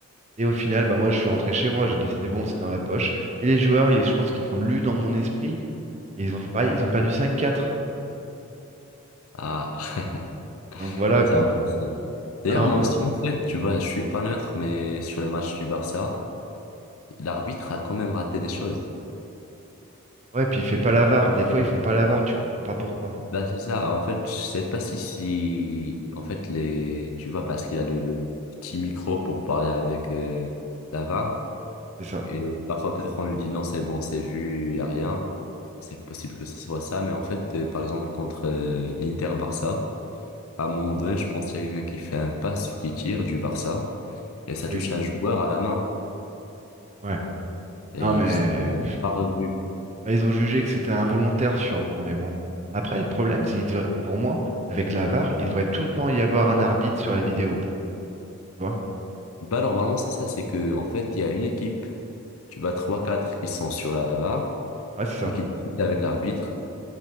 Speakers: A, on the right; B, on the left.
A: Et au final, bah moi, je suis rentré chez moi, j'ai dit c'est bon, c'est dans la poche. Et les joueurs, ils- je pense qu'ils ont lu dans mon esprit et ils ont fait pareil, ils ont perdu cinq quatre.
B: Ah. <laughs>
A: Donc voilà
B: non,
A: quoi.
B: ça, D'ailleurs,
A: Ah non,
B: moi
A: mais
B: aussi, en fait, tu vois, je suis pas neutre, mais sur le match du Barça, l'arbitre a quand même raté des choses.
A: ouais, puis il fait pas l'avare. Des fois, ils font pas l'avare, tu comprends pas pourquoi.
B: bah c'est ça. En fait, je sais pas si, si, en fait, les, tu vois, parce qu'il a le petit micro pour parler avec euh, la VAR,
A: C'est ça.
B: et parfois, peut-être, on lui dit non, c'est bon, c'est vu, y a rien. C'est possible que ce soit ça, mais en fait, euh, par exemple, contre euh, l'Inter-Barça, à un moment donné, je pense qu'il y a quelqu'un qui fait un pass ou qui tire du Barça, et ça
A: Oui,
B: touche un joueur à la main,
A: ouais.
B: et
A: Non, mais
B: ils n'ont pas revu.
A: bah, ils ont jugé que c'était involontaire sûrement, mais bon. Après, le problème, c'est que pour moi, avec la var, il devrait tout le temps y avoir un arbitre sur la vidéo. Pour... moi, Tu vois?
B: Bah, normalement, c'est ça, c'est que, en fait, il y a une équipe, tu vas trois quatre qui sont sur la VAR,
A: Ouais, c'est ça.
B: mais qui discutent avec l'arbitre,